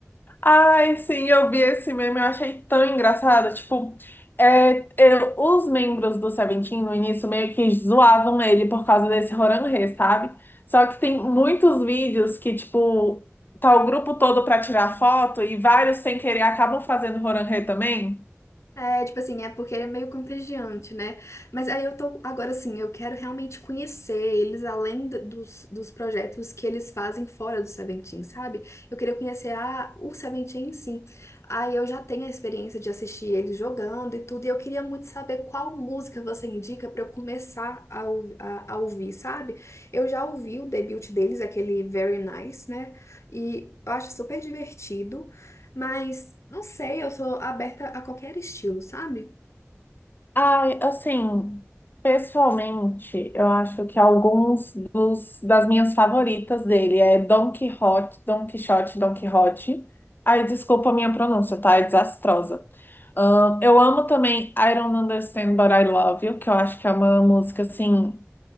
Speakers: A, on the left; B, on the left.
A: Ai, sim, eu vi esse meme, eu achei tão engraçado. Tipo, é, eu- os membros do Seventeen no início meio que zoavam ele por causa desse Roranrê, sabe? Só que tem muitos vídeos que, tipo, tá o grupo todo pra tirar foto e vários sem querer acabam fazendo Roranrê também.
B: É, tipo assim, é porque ele é meio contagiante, né? Mas aí eu tô, agora assim, eu quero realmente conhecer eles além do- dos, dos projetos que eles fazem fora do Seventeen, sabe? Eu queria conhecer a, o Seventeen em si. Aí eu já tenho a experiência de assistir eles jogando e tudo, e eu queria muito saber qual música você indica pra eu começar a, ouvi- a, a ouvir, sabe? Eu já ouvi o debut deles, aquele Very Nice, né? E eu acho super divertido. Mas, não sei, eu sou aberta a qualquer estilo, sabe?
A: Ai, assim, pessoalmente, eu acho que alguns dos, das minhas favoritas dele é Don Quixote, Don Quixote, Don Quixote. Ai, desculpa a minha pronúncia, tá? É desastrosa. Ahn, eu amo também I Don't Understand But I Love You, que eu acho que é uma música, assim,